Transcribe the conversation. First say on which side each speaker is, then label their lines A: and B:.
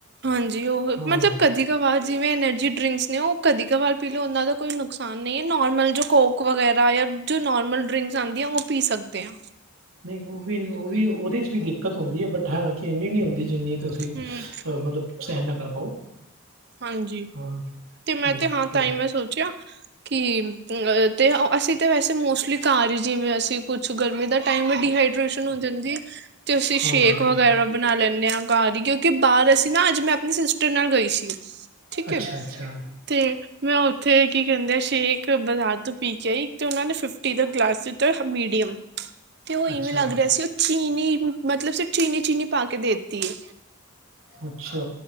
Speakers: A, on the right; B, on the right.
A: ਹਾਂਜੀ। ਉਹ
B: ਹਾਂ।
A: ਮਤਲਬ ਕਦੀ ਕ ਵਾਰ ਜਿਵੇਂ ਐਨਰਜੀ ਡਰਿੰਕਸ ਨੇ ਉਹ ਕਦੀ ਕ ਵਾਰ ਪੀ ਲਓ ਉਹਨਾਂ ਦਾ ਕੋਈ ਨੁਕਸਾਨ ਨਹੀਂ ਹੈ। ਨੋਰਮਲ ਜੋ ਕੋਕ ਵਗੈਰਾ ਜੋ ਨੋਰਮਲ ਡਰਿੰਕਸ ਆਉਂਦੀਆਂ ਉਹ ਪੀ ਸਕਦੇ ਆ।
B: ਨਹੀਂ ਉਹ ਵੀ, ਉਹ ਵੀ ਉਹਦੇ ਚ ਵੀ ਦੇਖ ਦਿੱਕਤ ਹੁੰਦੀ ਹੈ ਬਟ ਹਾ ਕਿ ਇੰਨੀ ਨੀ ਹੁੰਦੀ ਜਿੰਨੀ ਤੁਸੀਂ
A: ਹੈ। ਹਮ
B: ਮਤਲਬ ਸਹਿਣ ਨਾ ਕਰ ਪਾਓ।
A: ਹਾਂਜੀ,
B: ਹਾਂ
A: ਤੇ ਮੈਂ
B: ਬਿਲਕੁਲ
A: ਤੇ ਹਾਂ ਤਾਂ ਹੀ ਮੈਂ ਸੋਚਿਆ ਕਿ ਅ ਤੇ ਅਸੀਂ ਤਾਂ ਵੈਸੇ ਮੋਸਟਲੀ ਘਰ ਹੀ ਜਿਵੇਂ ਅਸੀਂ ਕੁਛ ਗਰਮੀ ਦਾ ਟਮ ਡੀਹਾਈਡ੍ਰੇਸ਼ਨ ਹੋ ਜਾਂਦੀ। ਅਤੇ ਅਸੀਂ
B: ਹਾਂਜੀ
A: ਸ਼ੇਕ
B: ਹਾਂਜੀ
A: ਵਗੈਰਾ ਬਣਾ ਲੈਂਦੇ ਹਾਂ। ਘਾਰ ਹੀ ਕਿਉਂਕਿ ਬਾਹਰ ਅਸੀਂ ਨਾ ਅੱਜ ਮੈਂ ਆਪਣੀ ਸਿਸਟਰ ਨਾਲ ਗਈ ਸੀ। ਠੀਕ
B: ਅੱਛਾ
A: ਹੈ।
B: ਅੱਛਾ
A: ਤੇ ਮੈਂ ਹੁਣ ਉਥੇ ਕੀ ਕਹਿੰਦੇ ਆ ਸ਼ੇਕ ਬਾਜ਼ਾਰ ਤੋਂ ਪੀ ਕੇ ਆਈ। ਤੇ ਉਹਨਾਂ ਨੇ ਫਿਫਟੀ ਦਾ ਗਲਾਸ ਦਿੱਤਾ ਮੀਡੀਅਮ। ਤੇ ਉਹ ਇਵੇਂ
B: ਅੱਛਾ
A: ਲੱਗ ਰਿਹਾ ਸੀ। ਉਹ ਚੀਨੀ ਮਤਲਬ ਸ ਚੀਨੀ, ਚੀਨੀ ਪਾ ਕੇ ਦੇਤੀ ਹੈ।
B: ਅੱਛਾ